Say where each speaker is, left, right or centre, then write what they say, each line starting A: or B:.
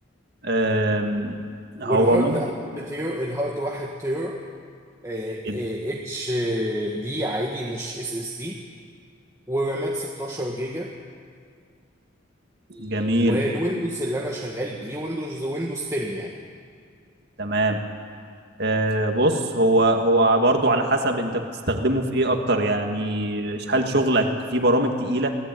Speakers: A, on the right; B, on the right.
A: أم، هو
B: والهارد
A: ممكن
B: تير الهارد واحد تير اتش
A: جدا
B: دي عادي مش اس اس دي ورامات 16 جيجا
A: جميل
B: والويندوز اللي انا شغال بيه ويندوز ويندوز 10 يعني
A: تمام آه، بص هو هو برضو على حسب انت بتستخدمه في ايه اكتر يعني هل شغلك في برامج تقيلة